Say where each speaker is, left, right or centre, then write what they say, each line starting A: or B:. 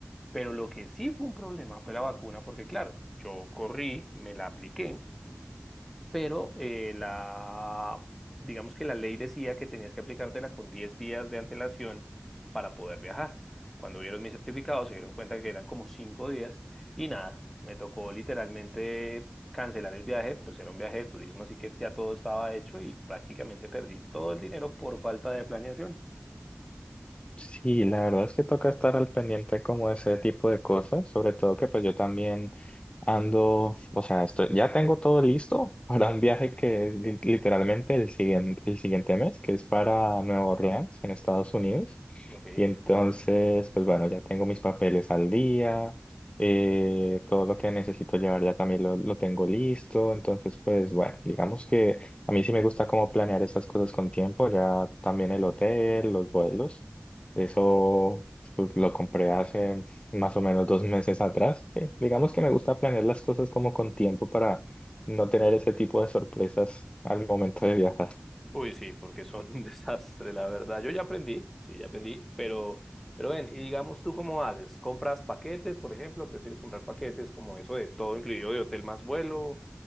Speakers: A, in the centre; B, on the left.
A: Pero lo que sí fue un problema fue la vacuna, porque claro, yo corrí, me la apliqué pero eh, la, digamos que la ley decía que tenías que aplicártela con 10 días de antelación para poder viajar. Cuando vieron mi certificado, se dieron cuenta que eran como 5 días y nada, me tocó literalmente cancelar el viaje, pues era un viaje de turismo, así que ya todo estaba hecho y prácticamente perdí todo el dinero por falta de planeación.
B: Sí, la verdad es que toca estar al pendiente como de ese tipo de cosas, sobre todo que pues yo también ando, o sea, estoy, ya tengo todo listo <laughs> para un viaje que es li- literalmente el siguiente, el siguiente mes, que es para Nueva Orleans, en Estados Unidos.
A: Ok.
B: Y entonces, pues bueno, ya tengo mis papeles al día, eh, todo lo que necesito llevar ya también lo, lo tengo listo. Entonces, pues bueno, digamos que a mí sí me gusta como planear esas cosas con tiempo, ya también el hotel, los vuelos. Eso pues, lo compré hace más o menos dos meses atrás. Sí, digamos que me gusta planear las cosas como con tiempo para no tener ese tipo de sorpresas al momento de viajar.
A: Uy, sí, porque son un <laughs> desastre, la verdad. Yo ya aprendí, sí, ya aprendí, pero, pero ven, y digamos tú cómo haces, ¿compras paquetes, por ejemplo? ¿Prefieres comprar paquetes como eso de todo incluido de hotel más vuelo?